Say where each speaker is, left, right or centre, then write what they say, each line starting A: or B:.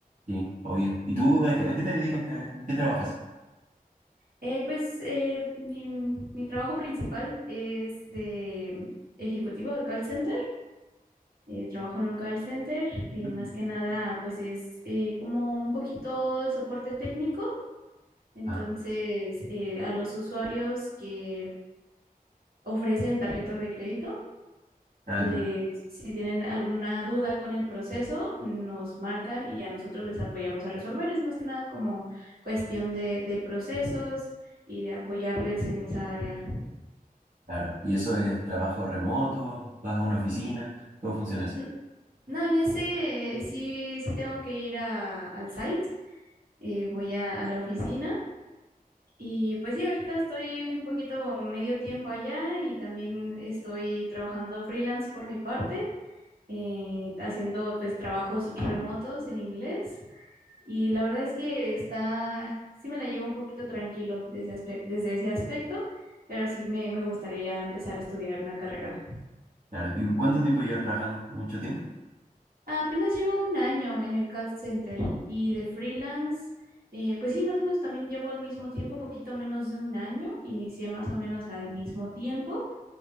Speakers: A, on the right; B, on the right.
A: Sí, obvio. ¿Y tú a qué, a qué te dedicas? ¿A- ¿En qué trabajas?
B: Eh, pues eh, mi, mi trabajo principal es de ejecutivo de call center. eh, trabajo en un call center. eh,
A: Ujú.
B: más que nada, pues es eh, como un poquito de soporte técnico. Entonces,
A: Ah,
B: eh, a los usuarios que ofrecen tarjetas de crédito,
A: ah,
B: Les,
A: entiendo.
B: si tienen alguna duda con el proceso, nos marcan y a nosotros les apoyamos a resolver. Es más que nada como cuestión de, de procesos y de apoyarles en esa área.
A: Claro. ¿Y eso es trabajo remoto? ¿Vas a una oficina? ¿Cómo funciona eso?
B: N- No, en ese eh, sí, sí tengo que ir a- al site, eh, voy a, a la oficina y pues sí, ahorita estoy un poquito medio tiempo allá y también estoy trabajando freelance por mi parte, eh, haciendo pues trabajos remotos en inglés. Y la verdad es que está, sí me la llevo un poquito tranquilo desde, aspe- desde ese aspecto, pero sí me, me gustaría ya empezar a estudiar una carrera.
A: Claro. ¿Y cuánto tiempo llevas trabajando? ¿Mucho tiempo?
B: Apenas llevo un año en el call center y de freelance, eh, pues sí, más o menos también llevo el mismo tiempo, poquito menos de un año, inicié más o menos al mismo tiempo